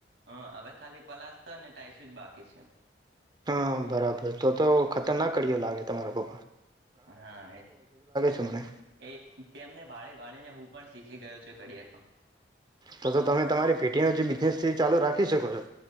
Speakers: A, on the right (about 85°); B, on the right (about 25°).
A: હા હવે ખાલી પલાસ ટતને ટાઈસું જ બાકી છે.
B: હા બરાબ તો તો કોળિયો લાગે. તમારો.
A: હા
B: છે મને.
A: એ એ તેમને ભાળે ભાળી ને હું પણ શીખી ગયો છે કડીયાકમ.
B: તો તો તમે તમારી પેટી ન જે બિઝનેસ છે એ ચાલુ રાખી શકો છો.